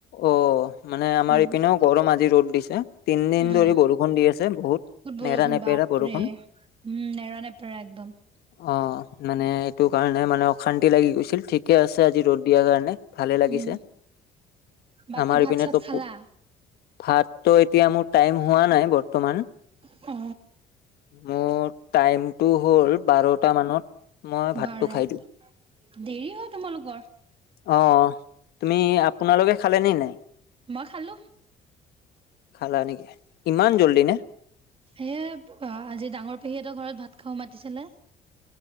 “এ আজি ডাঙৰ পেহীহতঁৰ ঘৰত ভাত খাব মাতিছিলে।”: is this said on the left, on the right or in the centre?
Right